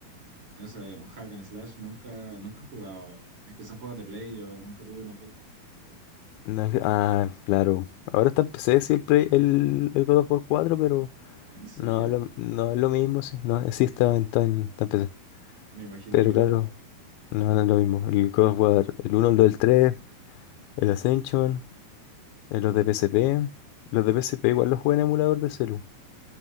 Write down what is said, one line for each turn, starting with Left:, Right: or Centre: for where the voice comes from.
Right: Ese un hack and slash, nunca, nunca he jugado. Es que son juegos de Play, yo nunca tuve una Play.
Left: No es- ah, claro. Ahora está en PC, sí, el, Play- el, el God of War cuatro, pero
Right: ¿En serio?
Left: no, lo- no es lo mismo, sí. No, sí está en, está en, está en PC.
Right: Me imagino
Left: Pero
Right: que
Left: claro,
Right: no.
Left: no, no es lo mismo. El God of War, el uno, el 2, el 3, el Ascension, eh, los de PSP. Los de PSP igual los juegan en emulador de celu.